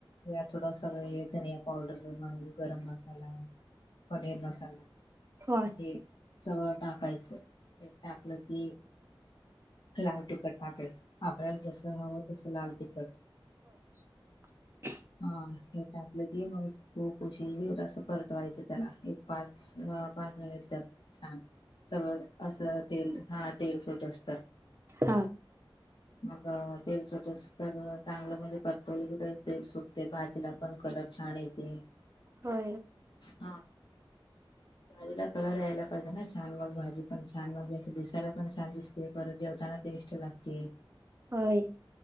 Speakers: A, on the left; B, on the right.
A: ह थोडं सगळ हे धनिया पावडर बनवालू गरम मसाला पणीर मसाला
B: हो.
A: हे सवळ टाकायचं ते टाकलं की लाल तुिकट टाकायच आपल्याला जस हवं तसं लाल तिखट
B: <inaudible>
A: हा हे टाकलेत म हो कशी असं परतवायचं त्याला एक पाच पाच मिनिट तर छान जवळ असं तेल हा तेल सुोट असत
B: हा
A: मग तेल सुटस तर चांगलं म्हणजे परतवलं की तर तेल सुटते भाजीला पण कलर छान येते
B: हो
A: हा भाजीला कलर यायला पाहिजे ना छान मग भाजी पण छान म्हणजे दिसायला पण छान दिसते परत जेवताना टेस्ट लागते
B: होय